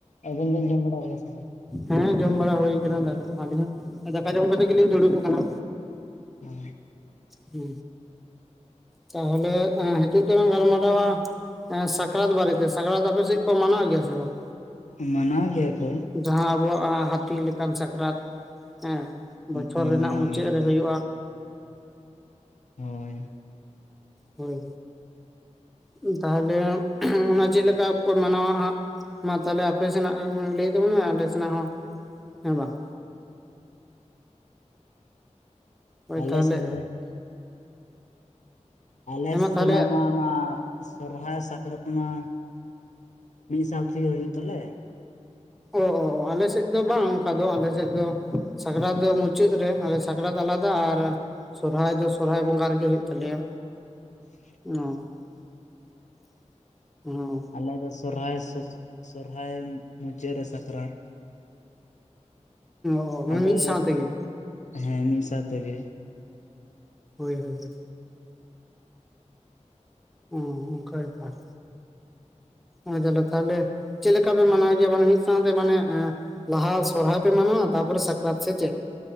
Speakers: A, on the left (about 75°); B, in the centre.
A: ᱟᱵᱮᱱ ᱵᱮᱱ ᱡᱚᱢ ᱵᱟᱲᱟ ᱠᱮᱫᱟ ᱥᱮ ᱵᱟᱝ?
B: ᱦᱮᱸ ᱡᱚᱢ ᱵᱟᱲᱟ ᱦᱩᱭ ᱠᱟᱱᱟ ᱫᱟᱠᱟ ᱠᱚ ᱟᱹᱞᱤᱧ ᱦᱚᱸ ᱫᱟᱠᱟ ᱡᱚᱢ ᱠᱟᱛᱮ ᱜᱮᱞᱤᱧ ᱫᱩᱲᱩᱵ ᱠᱟᱱᱟ᱾
A: ᱦᱚᱸ
B: ᱦᱚ ᱛᱟᱦᱚᱞᱮ ᱦᱤᱛᱚᱜ ᱫᱚᱞᱟᱝ ᱜᱟᱞᱢᱟᱨᱟᱣᱟ, ᱦᱮᱸ ᱥᱟᱠᱨᱟᱛ ᱵᱟᱨᱮᱛᱮ ᱥᱟᱠᱨᱟᱛ ᱟᱯᱮ ᱥᱮᱫ ᱠᱚ ᱢᱟᱱᱟᱣ ᱜᱮᱭᱟ ᱥᱮ ᱵᱟᱝ?
A: ᱢᱟᱱᱟᱣ ᱜᱮᱭᱟ ᱠᱚ᱾
B: ᱡᱟᱦᱟᱸ ᱟᱵᱚᱣᱟᱜ ᱦᱟᱹᱛᱤ ᱞᱮᱠᱟᱱ ᱥᱟᱠᱨᱟᱛ, ᱦᱮᱸ ᱵᱚᱪᱷᱚᱨ
A: ᱦᱮᱸ
B: ᱨᱮᱱᱟᱜ
A: ᱢᱟᱱᱟᱣ
B: ᱢᱩᱪᱟᱹᱫ
A: ᱜᱮᱭᱟ
B: ᱨᱮ
A: ᱠᱚ
B: ᱦᱩᱭᱩᱜᱼᱟ᱾
A: ᱦᱳᱭ
B: ᱦᱳᱭ ᱦᱳᱭ ᱛᱟᱦᱚᱞᱮ ᱚᱱᱟ ᱪᱮᱫ ᱞᱮᱠᱟ ᱯᱮ ᱢᱟᱱᱟᱣᱟ ᱦᱟᱸᱜ ᱢᱟ ᱛᱟᱦᱞᱮ ᱟᱯᱮ ᱥᱮᱱᱟᱜ ᱞᱟᱹᱭ ᱛᱟᱵᱚᱱ ᱢᱮ ᱟᱞᱮ ᱥᱮᱱᱟᱜ ᱦᱚᱸ ᱦᱮᱸ ᱵᱟᱝᱼᱼ ᱦᱳᱭ
A: ᱟᱞᱮ
B: ᱛᱟᱦᱚᱞᱮ
A: <unintelligible> ᱟᱞᱮ
B: ᱦᱮᱸ ᱢᱟ ᱛᱟᱦᱚᱞᱮ
A: ᱥᱮᱱᱟᱜ ᱢᱟᱼᱼ ᱚᱱᱟ ᱥᱚᱨᱦᱟᱭ ᱥᱟᱠᱨᱟᱛ ᱢᱟ ᱢᱤᱫ ᱥᱟᱶ ᱛᱮ ᱜᱮ ᱦᱩᱭᱩᱜ ᱛᱟᱞᱮᱼᱼ
B: ᱚ ᱟᱞᱮ ᱥᱮᱫ ᱫᱚ ᱵᱟᱝ ᱚᱱᱠᱟ ᱫᱚ ᱟᱞᱮ ᱥᱮᱫ ᱫᱚᱼᱼ ᱥᱟᱠᱨᱟᱛ ᱫᱚ ᱢᱩᱪᱟᱹᱫ ᱨᱮ ᱟᱞᱮ ᱥᱟᱠᱨᱟᱛ ᱟᱞᱟᱫᱟ ᱟᱨᱼᱼ ᱥᱚᱨᱦᱟᱭ ᱫᱚ ᱥᱚᱨᱦᱟᱭ ᱵᱚᱸᱜᱟ ᱨᱮ ᱜᱮ ᱦᱳᱭᱳᱜ ᱛᱟᱞᱮᱭᱟ
A: <inaudible>
B: <unintelligible>
A: ᱟᱞᱮ ᱫᱚ ᱥᱚᱨᱦᱟᱭ ᱥᱚᱨᱦᱟᱭ ᱢᱩᱪᱟᱹᱫ ᱨᱮ ᱥᱟᱠᱨᱟᱛ
B: ᱚ ᱢᱟᱱᱮ
A: ᱟᱫᱚ
B: ᱢᱤᱫ ᱥᱟᱶ ᱛᱮ ᱜᱮᱼᱼ
A: ᱦᱮᱸ ᱢᱤᱫ ᱥᱟᱶ ᱛᱮ ᱜᱮᱼᱼ
B: ᱦᱳᱭ ᱦᱳᱭ ᱦᱳᱭ ᱚ ᱚᱱᱠᱟ ᱵᱮᱯᱟᱨᱼᱼ ᱚ ᱡᱟᱞᱟ ᱛᱟᱦᱚᱞᱮᱼᱼ ᱪᱮᱫ ᱞᱮᱠᱟ ᱯᱮ ᱢᱟᱱᱟᱣ-ᱭᱟ ᱡᱮᱢᱚᱱ ᱢᱤᱫ ᱥᱟᱶ ᱛᱮ ᱢᱟᱱᱮ ᱮ ᱞᱟᱦᱟ ᱥᱚᱨᱦᱟᱭ ᱯᱮ ᱢᱟᱱᱟᱣᱟ ᱛᱟᱯᱚᱨᱮ ᱥᱟᱠᱨᱟᱛ ᱥᱮ ᱪᱮᱫ?